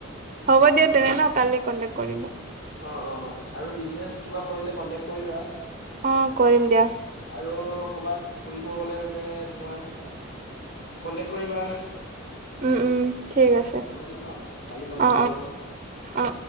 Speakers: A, on the right (about 35°); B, on the left (about 55°).
A: হ'ব দিয়া তেনে ন কালি কন্টেক কৰিম।
B: অ, অ, আৰু বিজনেচ কিবা কৰিলে কন্টেক কৰিবা।
A: অ, কৰিম দিয়া।
B: আৰু ক'ৰবাত ফুৰিব গ'লে মানে তোমাৰ, কণ্টেক কৰিবা।
A: উম, উম, ঠিক আছে,
B: হ'ব দিয়া ন' কালি কন্টেক্ট
A: অ,
B: কৰি আছোঁ।
A: অ।